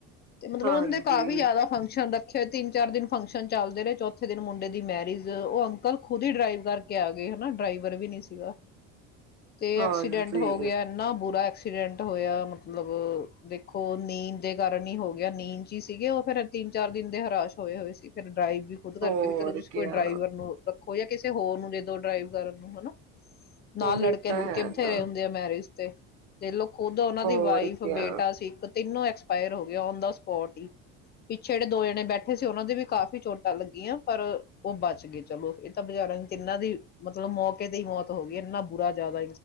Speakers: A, on the left; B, on the right.
A: ਤੇ ਮਤਲਬ
B: ਹਾਂਜੀ
A: ਉਹ ਦੇ ਕਾਫੀ ਜ਼ਿਆਦਾ ਫੰਕਸ਼ਨ ਰੱਖੇ ਹੋਏ ਤਿੰਨ-ਚਾਰ ਦਿਨ ਫੰਕਸ਼ਨ ਚੱਲਦੇ ਰਹੇ ਚੌਥੇ ਦਿਨ ਮੁੰਡੇ ਦੀ ਮੈਰਿਜ ਉਹ ਅੰਕਲ ਖੁਦ ਹੀ ਡਰਾਈਵ ਕਰਕੇ ਆ ਗਏ ਹਨਾ ਡਰਾਈਵਰ ਵੀ ਨੀ ਸੀਗਾ। ਤੇ
B: ਹਾਂਜੀ
A: ਐਕਸੀਡੈਂਟ ਹੋ ਗਿਆ ਇੰਨਾ ਬੁਰਾ ਐਕਸੀਡੈਂਟ ਡੈਟ ਹੋਇਆ ਮਤਲਬ ਦੇਖੋ ਨੀਂਦ ਦੇ ਕਾਰਨ ਹੀ ਹੋ ਗਿਆ ਨੀਂਦ 'ਚ ਹੀ ਸੀਗੇ ਉਹ ਫੇਰ ਤਿੰਨ-ਚਾਰ ਦਿਨ ਦੇ ਹਰਾਸ਼ ਹੋਏ ਹੋਏ ਸੀ ਫੇਰ ਡਰਾਈਵ ਵੀ ਖੁਦ ਕਰਕੇ
B: ਹੋਰ
A: ਵੀ ਚਲੋ ਤੁਸੀਂ
B: ਕਿਆ
A: ਕੋਈ ਡਰਾਈਵਰ ਨੂੰ ਰੱਖੋ ਜਾਂ ਕਿਸੇ ਤੇ ਹੋਰ ਨੂੰ ਜਦੋ ਡਰਾਈਵ ਕਰਨ ਨੂੰ ਹਨਾ ਨਾਲ
B: ਉਹੀ
A: ਲੜਕੇ-ਲੁੜਕੇ
B: ਤਾਂ ਹੈ
A: ਬਥੇਰੇ
B: ਨਾ
A: ਹੁੰਦੇ ਆ ਮੈਰਿਜ ਤੇ। ਦੇਖਲੋ ਖੁਦ
B: ਹੋਰ
A: ਦੀ ਵਾਈਫ
B: ਕਿਆ
A: ਬੇਟਾ ਸੀ ਇੱਕ ਤਿੰਨੋ ਐਕਸਪਾਇਰ ਹੋ ਗਏ ਓਨ ਦਾ ਸਪੋਟ ਹੀ। ਪਿੱਛੇ ਜਿਹੜੇ ਦੋ ਜਣੇ ਬੈਠੇ ਸੀ ਉਹਨਾਂ ਦੀ ਵੀ ਕਾਫੀ ਚੋਟਾਂ ਲੱਗੀਆਂ ਪਰ ਉਹ ਬਚ ਗਏ ਚਲੋ। ਤਾਂ ਬੇਚਾਰਿਆਂ ਦੀ ਤਿੰਨਾਂ ਦੀ ਮਤਲਬ ਮੌਕੇ ਤੇ ਹੀ ਮੌਤ ਹੋ ਗਈ ਇੰਨਾ ਬੁਰਾ ਜ਼ਿਆਦਾ